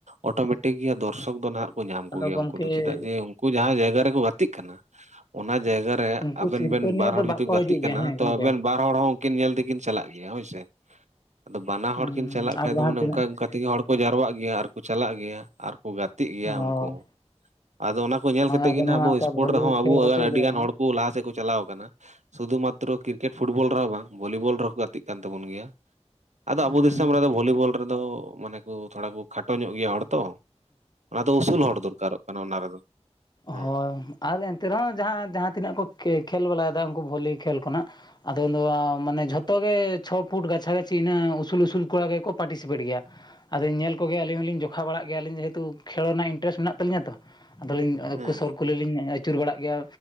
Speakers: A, on the right; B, on the left.
A: ᱚᱴᱳᱢᱮᱴᱤᱠ ᱜᱮ ᱫᱚᱨᱥᱚᱠ ᱫᱚ ᱱᱟᱦᱟᱜ ᱠᱚ ᱧᱟᱢ
B: ᱟᱫᱚ
A: ᱠᱚᱜᱮᱭᱟ
B: ᱜᱚᱢᱠᱮ
A: ᱩᱱᱠᱩ ᱫᱚ, ᱪᱮᱫᱟᱜ ᱡᱮ ᱩᱱᱠᱩ ᱚᱱᱟ ᱡᱟᱭᱜᱟ ᱨᱮᱠᱚ ᱜᱟᱛᱮᱜ ᱠᱟᱱᱟ᱾ ᱚᱱᱟ ᱡᱟᱭᱜᱟ ᱨᱮ
B: ᱩᱱᱠᱩ
A: ᱟᱵᱮᱱ
B: ᱥᱤᱨᱯᱟᱹ
A: ᱵᱮᱱ
B: ᱱᱤᱭᱟᱹ
A: ᱵᱟᱨ ᱦᱚᱲ
B: ᱫᱚ
A: ᱡᱩᱫᱤ
B: ᱵᱟᱠᱚ
A: ᱜᱟᱛᱮᱜ
B: ᱦᱤᱡᱩᱜ
A: ᱠᱟᱱᱟ
B: ᱜᱮᱭᱟ ᱦᱮᱸ
A: ᱛᱚ
B: ᱜᱚᱢᱠᱮ
A: ᱟᱵᱮᱱ ᱵᱟᱨ ᱦᱚᱲ ᱦᱚᱸ ᱠᱤᱱ ᱧᱮᱞ ᱛᱮᱠᱤᱱ ᱪᱟᱞᱟᱜ ᱜᱮᱭᱟ ᱦᱳᱭᱥᱮ, ᱟᱫᱚ ᱵᱟᱱᱟ
B: ᱦᱩᱸ
A: ᱦᱚᱲ ᱠᱤᱱ ᱪᱟᱞᱟᱜ ᱠᱷᱟᱡ
B: ᱟᱨ ᱡᱟᱦᱟᱸ
A: ᱚᱱᱮ
B: ᱛᱤᱱᱟᱹᱜ
A: ᱚᱱᱠᱟ ᱚᱱᱠᱟ ᱛᱮᱜᱮ ᱦᱚᱲ ᱠᱚ ᱡᱟᱨᱳᱣᱟᱜ ᱜᱮᱭᱟ ᱟᱨ ᱠᱚ ᱪᱟᱞᱟᱜ ᱜᱮᱭᱟ ᱟᱨ ᱠᱚ ᱜᱟᱛᱮᱜ ᱜᱮᱭᱟ
B: ᱦᱳᱭ
A: ᱩᱱᱠᱩ ᱦᱚᱸ, ᱟᱫᱚ ᱚᱱᱟ ᱠᱚ ᱧᱮᱞ ᱠᱟᱛᱮᱜ
B: ᱟᱫᱚ
A: ᱜᱮ ᱱᱟᱷᱟᱜ
B: ᱱᱚᱣᱟ
A: ᱟᱵᱚ
B: ᱚᱱᱠᱟ
A: ᱥᱯᱳᱨᱴ
B: ᱵᱷᱚᱞᱤ
A: ᱨᱮᱦᱚᱸ ᱟᱵᱚ
B: ᱠᱷᱮᱞ
A: ᱟᱹᱰᱤ
B: ᱦᱚᱪᱚ ᱜᱮᱭᱟ
A: ᱜᱟᱱ
B: ᱠᱚ
A: ᱦᱚᱲ ᱠᱩ ᱞᱟᱦᱟ ᱥᱮᱫ ᱠᱚ ᱪᱟᱞᱟᱣ ᱠᱟᱱᱟ᱾ ᱥᱩᱫᱷᱩ ᱢᱟᱛᱛᱨᱚ ᱠᱨᱤᱠᱮᱴ ᱯᱷᱩᱴᱵᱚᱞ ᱨᱮᱦᱚᱸ ᱵᱟᱝ ᱵᱷᱚᱞᱤᱵᱚᱞ ᱨᱮᱦᱚᱸ ᱠᱚ ᱜᱟᱛᱮᱜ ᱠᱟᱱ ᱛᱟᱵᱚᱱ ᱜᱮᱭᱟ᱾ ᱟᱫᱚ
B: ᱦᱚᱸ
A: ᱟᱵᱚ ᱫᱤᱥᱚᱢ ᱨᱮᱫᱚ ᱵᱷᱚᱞᱤᱵᱚᱞ ᱨᱮᱫᱚᱻ ᱢᱟᱱᱮ ᱠᱚ ᱛᱷᱚᱲᱟ ᱠᱚ ᱠᱷᱟᱴᱚ ᱧᱚᱜ ᱜᱮᱭᱟ ᱦᱚᱲ ᱛᱚ᱾ ᱟᱫᱚ ᱩᱥᱩᱞ ᱦᱚᱲ ᱫᱚᱨᱠᱟᱨᱚᱜ ᱠᱟᱱᱟ ᱚᱱᱟ ᱨᱮᱫᱚ᱾ ᱦᱩᱸ
B: ᱦᱚ ᱟᱨ ᱮᱱᱛᱮ ᱨᱮᱦᱚᱸ ᱡᱟᱦᱟᱸ ᱡᱟᱦᱟᱸ ᱛᱤᱱᱟᱹᱜ ᱠᱚ ᱠᱮ-ᱠᱷᱮᱞ ᱵᱟᱞᱟᱭᱫᱟ ᱩᱱᱠᱩ ᱵᱷᱚᱞᱤ ᱠᱷᱮᱞ ᱠᱚ ᱱᱟᱦᱟᱜ ᱟᱫᱚ ᱩᱱᱫᱚ ᱢᱟᱱᱮ ᱡᱷᱚᱛᱚ ᱜᱮ ᱪᱷᱚ ᱯᱷᱩᱴ ᱜᱟᱪᱷᱟ ᱜᱟᱪᱷᱤ ᱤᱱᱟᱹ ᱩᱥᱩᱞ ᱩᱥᱩᱞ ᱠᱚᱲᱟ ᱜᱮᱠᱚ ᱯᱟᱴᱤᱥᱤᱯᱮᱴ ᱜᱮᱭᱟ᱾ ᱟᱫᱚ ᱧᱮᱞ ᱠᱚᱜᱮᱭᱟ ᱟᱹᱞᱤᱧ ᱦᱚᱞᱤᱧ ᱡᱚᱠᱷᱟ ᱵᱟᱲᱟᱜ ᱜᱮᱭᱟᱞᱤᱧ ᱡᱮᱦᱮᱛᱩ ᱠᱷᱮᱞᱳᱲ ᱨᱮᱱᱟᱜ ᱤᱱᱴᱟᱨᱮᱥᱴ ᱢᱮᱱᱟᱜ ᱛᱟᱹᱞᱤᱧᱟ ᱛᱚ ᱟᱫᱚᱞᱤᱧ ᱩᱱᱠᱩ
A: ᱦᱩᱸ
B: ᱥᱩᱨ ᱠᱩᱞᱤᱞᱤᱧ ᱟᱪᱩᱨ ᱵᱟᱲᱟᱜ ᱜᱮᱭᱟ᱾